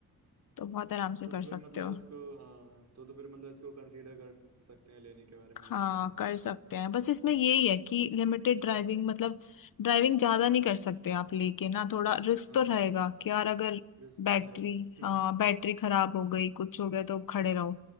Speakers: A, on the left; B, on the right.
A: तो बहुत आराम से
B: तो फिर
A: कर सकते
B: मतलब
A: हो
B: इसको हाँ तो तो फिर मतलब इसको कंसीडर कर सकते हैं लेने के बारे में
A: हाँ
B: इलेक्ट्रॉनिक
A: कर सकते हैं बस इसमें यही है कि लिमिटेड ड्राइविंग मतलब ड्राइविंग ज्यादा नहीं कर सकते आप लेके ना थोड़ा रिस्क
B: हाँ
A: तो रहेगा कि यार अगर
B: रिस्क
A: बैटरी
B: तो है
A: हाँ
B: <laughs>
A: बैटरी खराब हो गई कुछ हो गया तो खड़े रहो